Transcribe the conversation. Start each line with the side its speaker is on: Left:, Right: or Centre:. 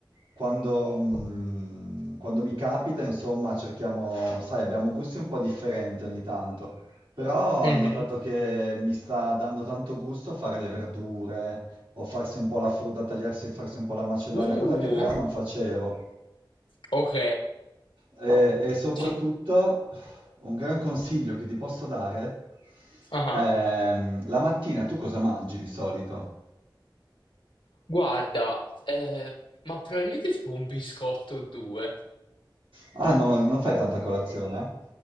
Right: quando, mm, quando mi capita, insomma, cerchiamo, sai, abbiamo gusti un po' differenti ogni tanto, però
Left: Mhm.
Right: ho notato che mi sta dando tanto gusto fare le verdure o farsi un po' la frutta, tagliarsi, farsi un po' la macedonia,
Left: Uh,
Right: cosa che prima non facevo.
Left: ok.
Right: E, e soprattutto
Left: Ci-
Right: un gran consiglio che ti posso dare,
Left: ah,
Right: ehm, la mattina tu cosa mangi di solito?
Left: Guarda, eh, ma probabilmente tipo un biscotto o due.
Right: Ah, no, non fai tanta colazione? eh?